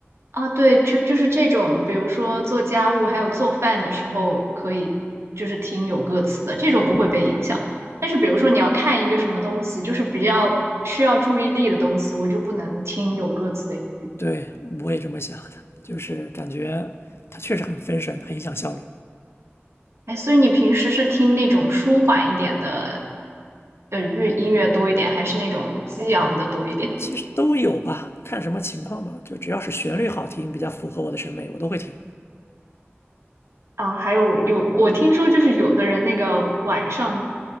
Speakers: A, on the right (about 75°); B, on the left (about 65°).
A: 啊，对，就就是这种，比如说做家务还有做饭的时候，可以就是听有歌词的，这种不会被影响。但是比如说你要看一个什么东西，就是比较需要注意力的东西，我就不能听有歌词的音乐。
B: 对，我也这么想的，就是感觉它确实很分神，很影响效率。
A: 哎，所以你平时是听那种舒缓一点的，呃，乐音乐多一点，还是那种激昂的多一点？
B: 其实都有吧，看什么情况吧。就只要是旋律好听，比较符合我的审美，我都会听。
A: 啊，还有有，我听说就是有的人那个晚上